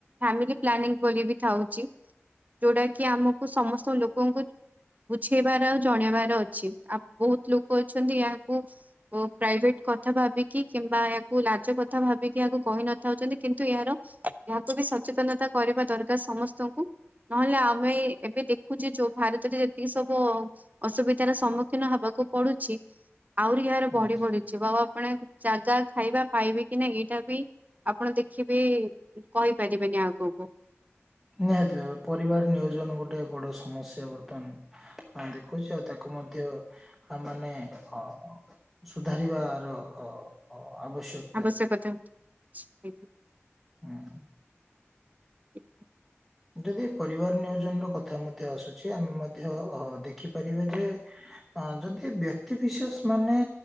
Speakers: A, on the right; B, in the centre.
A: ଫାମିଲି ପ୍ଲାନିଂ ବୋଲି ବି ଥାଉଛି ଯୋଉଟା କି ଆମକୁ ସମସ୍ତ ଲ ଲୋକଙ୍କୁ ବୁଝେଇବାର ଆଉ ଜଣେଇବାର ଅଛି ଆଉ ବହୁତ ଲୋକ ଅଛନ୍ତି ଏହାକୁ ଓ ପ୍ରାଇଭେଟ କଥା ଭାବିକି କିମ୍ବା ଏହାକୁ ଲାଜ କଥା ଭାବିକି ଏହାକୁ କହି ନଥାଉଛନ୍ତି କିନ୍ତୁ ଏହାର ଏହାକୁ ବି ସଚେତନତା କରିବା ଦରକାର ସମସ୍ତଙ୍କୁ ନହେଲେ ଆମେ ଏବେ ଦେଖ ଯୋଉ ଭାରତରେ ଯେତିକି ସବୁ ଅସୁବିଧାର ସମ୍ମୁଖୀନ ହବାକୁ ପଡୁଛି ଆହୁରି ଏରେ
B: ହଁ
A: ବଢି ବଢି ଯିବ ଆଉ ଆପଣ ଯାଗା ଖାଇବା ପାଇବେ କି ନା ଏଇଟା ବି ଆପଣ ଦେଖିବେ କହିପାରିବେନି ଆଗକୁ।
B: ନିହାତି ଭାବେ ପରିବାର ନିୟୋଜନ ଗୋଟେ ବଡ ସମସ୍ୟା ବର୍ତ୍ତମାନ ଦେଖୁଛି ଆଉ ତାକୁ ମଧ୍ୟ ମାନେ ଅ ସୁଧାରିବାର ଅ ଆବଶ୍ୟକ
A: ଆବଶ୍ୟକତା ଅଛି
B: ହଁ।
A: <inaudible>
B: ଯଦି ପରିବାର ନିୟୋଜନ ର କଥା ମଧ୍ୟ ଆସୁଛି ଆମେ ମଧ୍ୟ ଅ ଦେଖିପାରିବା ଯେ ଅ ଯଦି ବ୍ୟକ୍ତି ବିିଶେଷ ମାନେ